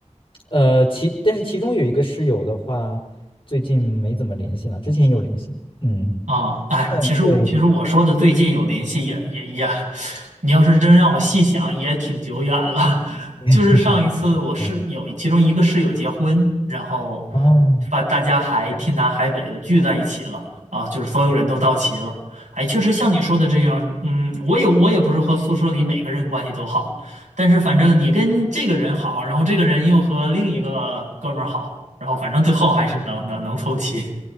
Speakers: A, on the left; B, on the right.
A: 呃，其但是其中有一个室友的话，最近没怎么联系了，之前有联系。嗯，
B: 啊，哎，
A: 嗯，
B: 其实其实我说的最近有联系也也也，
A: 对，
B: 你要是真让我细想，也挺久远了。<laughs>
A: <laughs>
B: 就是上一次我室友其中一个室友结婚，
A: 挺久的。嗯，
B: 然后
A: 哦，
B: 把大家还天南海北的聚在一起了啊，
A: 这样
B: 就是所有人都到齐了。哎，确实像你说的这样，嗯，我也我也不是和宿舍里每个人关系都好，但是反正你跟这个人好，然后这个人又和另一个哥们儿好，然后反正最后还是能能能凑齐